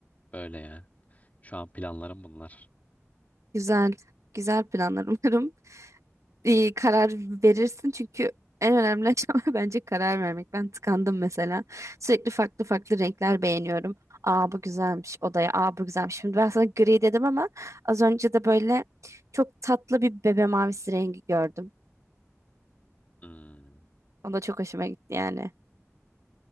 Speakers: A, on the left (about 30°); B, on the right (about 75°).
A: Böyle yani. Şu an planlarım bunlar.
B: Güzel. Güzel planlar umarım. <laughs> İyi karar verirsin çünkü en önemli aşama <laughs> bence karar vermek. Ben tıkandım mesela. Sürekli farklı farklı renkler beğeniyorum. Aa bu güzelmiş odaya. Aa bu güzelmiş. Şimdi ben sana gri dedim ama az önce de böyle çok tatlı bir bebe mavisi rengi gördüm.
A: Hmm.
B: O da çok hoşuma gitti yani.